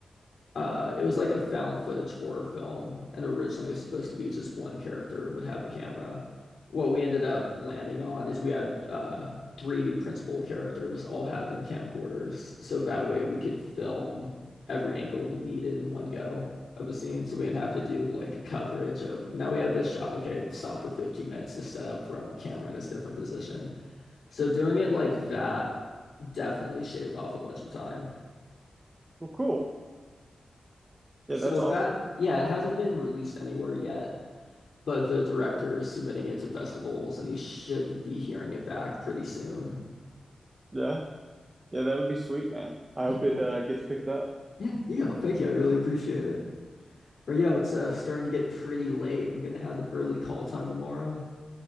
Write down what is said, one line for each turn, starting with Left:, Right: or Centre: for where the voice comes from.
Left: Uh, it was like a found footage horror film, and originally it was supposed to be just one character would have a camera. What we ended up landing on is we had uh, three principal characters all having camcorders, so that way we could film every angle we needed in one go of a scene. So we didn't have to do like a coverage of now we have this shot. Okay, stop for 15 minutes to set up from a camera in this different position. So doing it like that definitely shaved off a bunch of time.
Right: Well, cool. Yeah,
Left: So
Right: that's awesome.
Left: that, yeah, it hasn't been released anywhere yet, but the director is submitting it to festivals and he should be hearing it back pretty soon.
Right: Yeah. Yeah, that would be sweet, man. I
Left: Yeah,
Right: hope it uh, gets picked up.
Left: yeah, Neo, thank you. I really appreciate it. But yo, it's uh, starting to get pretty late. I'm gonna have an early call time tomorrow.